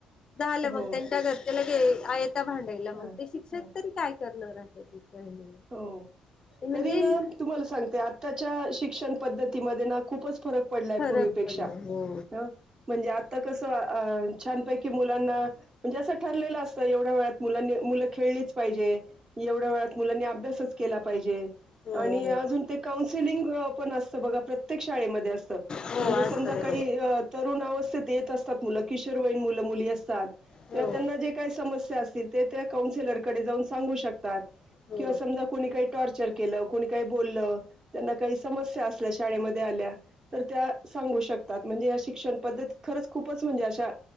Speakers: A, on the left (about 40°); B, on the right (about 35°).
A: झालं
B: हो
A: मग त्यांच्या घरचेला घे आयता भाडं आयला मग
B: ह
A: ते शिक्षक तरी काय करणार आहेत काय नाही
B: हो
A: म्हणजे
B: तरी ना तुम्हाला सांगते आताच्या शिक्षण पद्धतीमध्ये ना खूपच फरक पडलाय
A: फरक
B: पूर्वीपेक्षा
A: पडला हो
B: ह म्हणजे आता कसं अ छानपैकी मुलांना म्हणजे असं ठरलेलं असतं एवढ्या वेळात मुलांनी मुलं खेळलीच पाहिजे एवढ्या वेळात मुलांनी अभ्यासच केला पाहिजे.
A: हो
B: आणि
A: हो
B: अजुन ते कौन्सिल पण असते बघा प्रत्येक शाळे मध्ये असते
A: हो
B: म्हणजे
A: असं
B: समजा काही अ तरुण अवस्थेत येत असं त्यात मुलं किशोर वईन मुलं मुली असतात
A: हो
B: त्यांना
A: हो
B: जे काय समश्या आस ते ते त्या कौन्सिलर कडे जाऊन सांगू शकतात.
A: हो
B: किंवा समजा कोणी काही टॉर्चर केलं कुणी काही बोललं. त्यांना काही समस्या असल्या शाळेमध्ये आल्या तर त्या सांगू शकत तात म्हणजे या शिक्षण पद्धतीत खरंच खूपच म्हणजे अशा